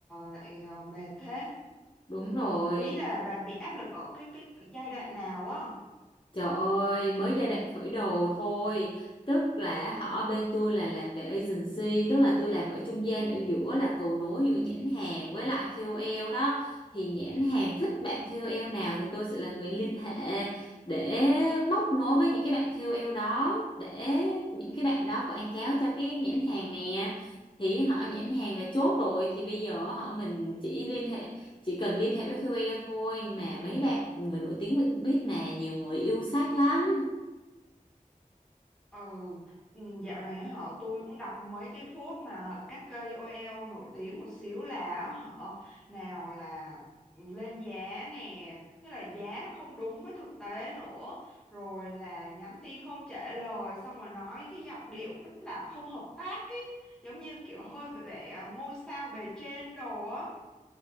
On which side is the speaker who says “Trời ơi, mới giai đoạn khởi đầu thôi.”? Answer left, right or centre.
Left